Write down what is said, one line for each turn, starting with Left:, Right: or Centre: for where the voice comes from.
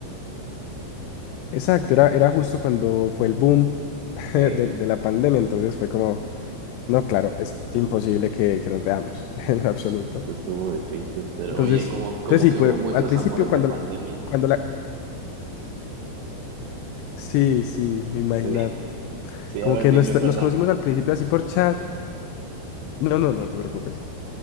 Left: Exacto, era, era justo cuando fue el boom <laughs>
Right: Eh,
Left: de, de la pandemia, entonces fue como, no, claro, es imposible que, que nos veamos <laughs> en absoluto.
Right: estuvo difícil, pero
Left: Entonces,
Right: oye, como, como
Left: entonces sí,
Right: que
Left: pues
Right: hubo muchos
Left: al principio
Right: amores
Left: cuando,
Right: de pandemia.
Left: la- cuando
Right: <laughs>
Left: la... Sí, sí, imagínate.
Right: Sí, sí,
Left: Como
Right: a ver,
Left: que
Right: dime,
Left: nos,
Right: perdón.
Left: nos conocimos al principio así por chat. No, no, no te preocupes.